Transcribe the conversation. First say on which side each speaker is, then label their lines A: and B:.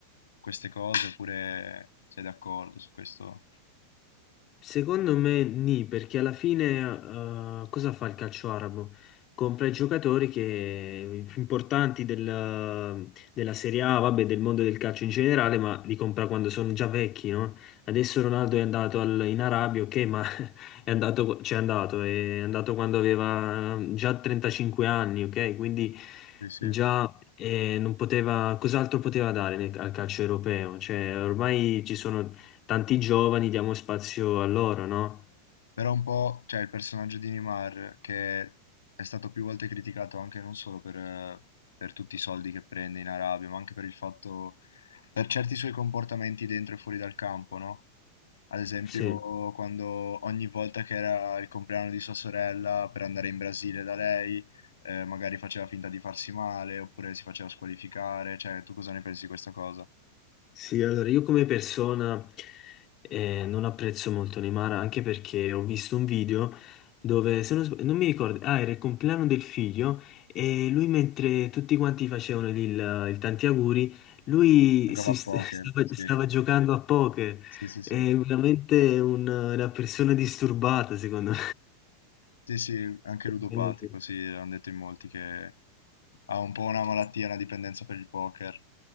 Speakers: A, on the left; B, on the left.
A: queste cose oppure sei d'accordo su questo?
B: Secondo me nì, perché alla fine eh, cosa fa il calcio arabo? Compra i giocatori che, eh, importanti del- della Serie A, vabbè, del mondo del calcio in generale, ma li compra quando sono già vecchi, no? Adesso Ronaldo è andato al- in Arabia, ok, ma <laughs> è andato, c'è andato, è andato quando aveva eh, già 35 anni, ok? Quindi
A: Sì, sì.
B: già eh, non poteva, cos'altro poteva dare nel- al calcio europeo? Cioè, ormai ci sono tanti giovani, diamo spazio a loro, no?
A: Però un po', cioè il personaggio di Neymar, che è stato più volte criticato anche non solo per, eh, per tutti i soldi che prende in Arabia, ma anche per il fatto, per certi suoi comportamenti dentro e fuori dal campo, no? Ad esempio,
B: Sì,
A: quando ogni volta che era il compleanno di sua sorella per andare in Brasile da lei, eh, magari faceva finta di farsi male, oppure si faceva squalificare, cioè tu cosa ne pensi di questa cosa?
B: sì, allora io come persona eh, non apprezzo molto Neymar anche perché ho visto un video dove, se non, sb- non mi ricordo, ah, era il compleanno del figlio e lui mentre tutti quanti facevano il, il tanti auguri, lui
A: Giocava
B: si
A: a
B: st-
A: poker,
B: <laughs> stava,
A: sì,
B: stava giocando a poker.
A: sì, sì, sì.
B: È veramente un- una persona disturbata, secondo
A: Sì, sì, anche ludopatico,
B: me.
A: sì,
B: <laughs>
A: hanno detto in molti che ha un po' una malattia, una dipendenza per il poker.